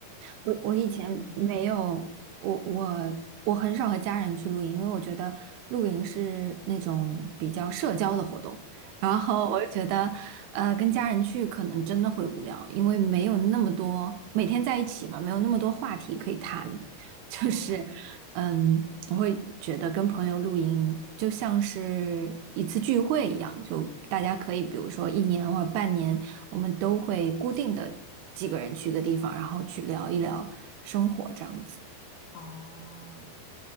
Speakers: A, on the right; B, on the left.
A: 我我以前没有，
B: 嗯
A: 我我我很少和家人去露营，因为我觉得露营是那种比较社交的活动，然后我就觉得，
B: 嗯
A: 呃，跟家人去可能真的会无聊，因为没有那么多，每天在一起嘛，没有那么多话题可以谈，<laughs> 就是。
B: 哦
A: 嗯，我会觉得跟朋友露营就像是一次聚会一样，就大家可以，比如说一年或者半年，我们都会固定的几个人去一个地方，然后去聊一聊生活这样子。
B: 哦，